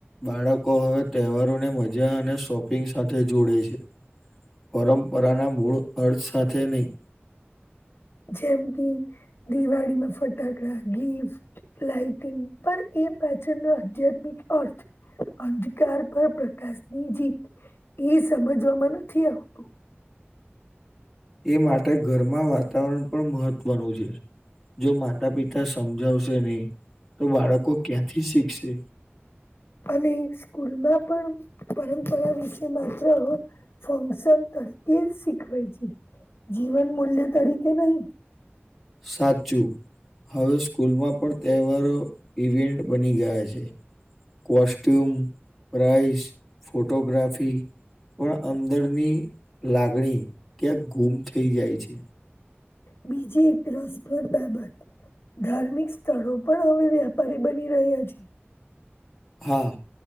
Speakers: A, in the centre; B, on the left.
A: બાળકો હવે તહેવારોને મજા અને શોપિંગ સાથે જોડે છે. પરંપરાના મૂળ અર્થ સાથે નહીં
B: જેમ કે દિવાળીમાં ફટાકડા ગીફ્ટ લાઈટિંગ પણ એ પાછળનો આધ્યાત્મિક અર્થ અંધકાર પર પ્રકાશની જીત એ સમજવામાં નથી આવતું
A: એ માટે ઘરમાં વાતાવરણ પણ મહત્વનું છે. જો માતા પિતા સમજાવશે નહી તો બાળકો ક્યાંથી શીખશે
B: અને સ્કૂલમાં પણ પરંપરા વિશે માત્ર ફંક્શન તરીકે શીખવાય છે. જીવન મૂલ્ય તરીકે નહી.
A: સાચું હવે સ્કૂલમાં પણ તહેવારો ઇવેન્ટ બની ગયા છે. કોસ્ટ્યુમ, પ્રાઇસ, ફોટોગ્રાફી પણ અંદરની લાગણી ક્યાંક ગુમ થઈ જાય છે.
B: બીજી એક રસપ્રદ બાબત ધાર્મિક સ્થળો પણ હવે વ્યાપારી બની રહ્યા છે.
A: હા